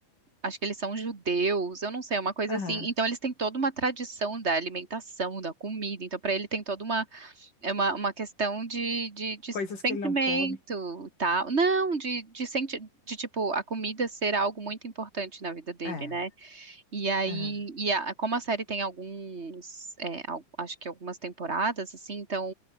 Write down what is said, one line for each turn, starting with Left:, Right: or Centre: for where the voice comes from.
Right: Acho que eles são judeus, eu não sei, é uma coisa
Left: Aham.
Right: assim. Então eles têm toda uma tradição da alimentação, da comida. Então, para ele tem toda uma É uma, uma questão de, de, de
Left: Coisas
Right: sentimento,
Left: que ele não come.
Right: tal. Não, de, de, senti de, tipo, a comida ser algo muito importante na vida dele,
Left: É.
Right: né? E aí,
Left: Aham.
Right: e a- como a série tem alguns, é, al- acho que algumas temporadas, assim, então,